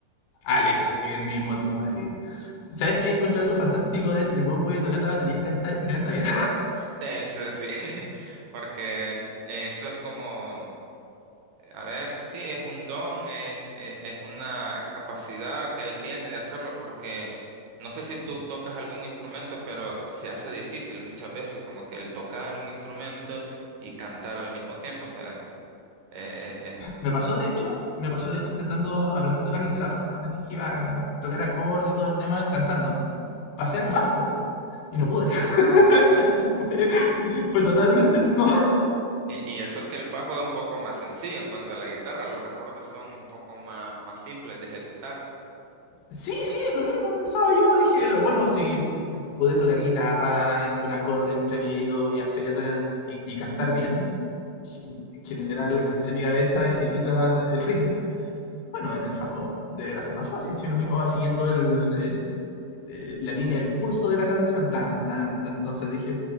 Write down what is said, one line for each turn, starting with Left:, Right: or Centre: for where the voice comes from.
Left: Alex, eh, el mismo tipo de... ¿Sabes qué? Encuentro algo fantástico de él. El weón puede tocar la batería y cantar y canta bien.
Right: Sí, Eso sí. <laughs> Porque eso es como, a ver, sí, es un don, es, es, es una capacidad que él tiene de hacerlo porque no sé si tú tocas algún instrumento, pero se hace difícil muchas veces como que el tocar un instrumento y cantar al mismo tiempo. O sea, eh,
Left: Me pasó de hecho, me pasó de hecho intentando aprender a tocar guitarra. Aprendí que iba a tocar acorde y todo el tema cantando. Pasé al bajo y no pude. <laughs> Fue, fue totalmente no.
Right: Y, y eso que el bajo es un poco más sencillo en cuanto a la guitarra, los acordes son un poco más, más simples de ejecutar.
Left: Sí, sí, lo mismo pensaba yo. Dije, bueno, si pude tocar guitarra con acorde entre medio y hacer eh, y, y cantar bien, ge- generar la canción en mi cabeza y seguir la- el ritmo, Bueno, en el fajo deberá ser más fácil si uno mismo va siguiendo el- el- eh, la línea, el pulso de la canción. Tan, tan, tan. Entonces dije,